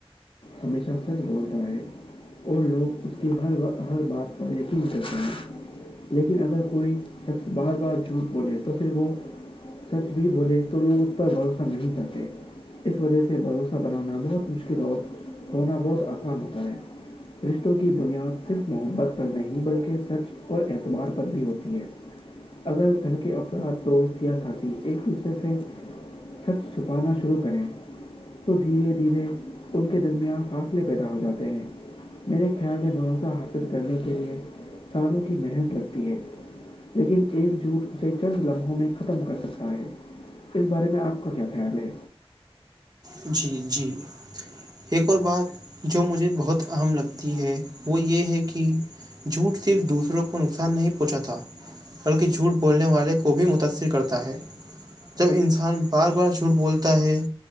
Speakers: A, on the left; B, on the right.
A: ہمیشہ سچ بولتا ہے اور لوگ اس کی ہر ہر بات اور یہ مت لیکن اگر کوئیب بار بار جھوٹ بولے تو پھر وہ سچ بھی بولے تو لوگ اس پر بھروسہ نہیں کرتے اس وجہ سے بھروسہ بنانا بہت مشکل اور ہونا بہت آسان ہوتا ہے رشتوں کی بنیاد صرف محبت پر نہیں بلکہ سچ اور اعتبار پر بھی ہوتی ہے اگر گھر کے افراد دوست یا ساتھی ایک دوسرے سے سچ چھپانا شروع کریں تو دھیرے دھیرے ان کے درمیان فاصلے پیدا ہو جاتے ہیں میرے خیال میں بھروسہ حاصل کرنے کے لیے سالوں کی محنت لگتی ہے لیکن ایک جٹ اسے چند لمحوں میں ختم کر سکتا ہے اس بارے میں آپ کا کیا خیال ہے
B: جی جی ایک اور بات جو مجھے بہت اہم لگتی ہے وہ یہ ہے کہ جھوٹ صرف دوسروں کو نقصان نہیں پہنچا تھا بلکہ جھوٹ بولنے والے کو بھی متاأثر کرتا ہے جب انسان بار بار جھوٹ بولتا ہے